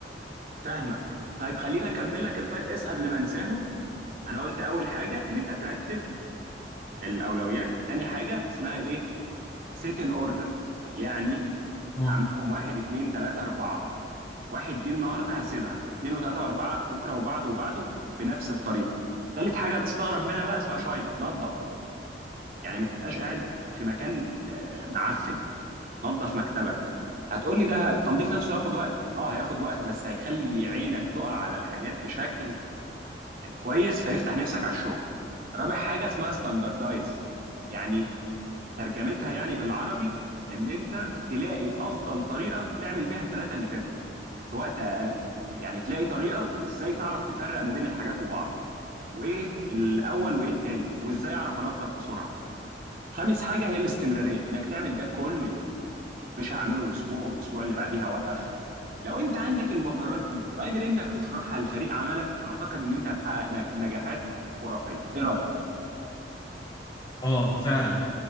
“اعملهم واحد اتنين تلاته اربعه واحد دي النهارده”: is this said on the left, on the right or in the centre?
Right